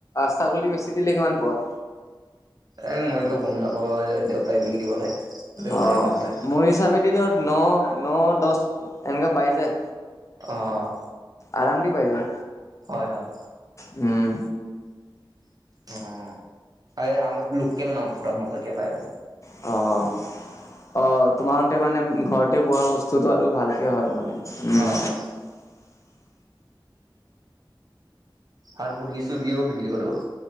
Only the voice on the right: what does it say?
এ মইতো গম নাপাওঁৱে, দেউতাই বিক্ৰী কৰে। দেউতাই
গম পায়
অ'
হয় হয়।
অ', এ আমাৰ লোকেল ন' পুৰা মজাকে পাই আৰু।
অ'
হয় হয় আৰু মুৰ্গী চুৰ্গীও বিক্ৰী কৰোঁ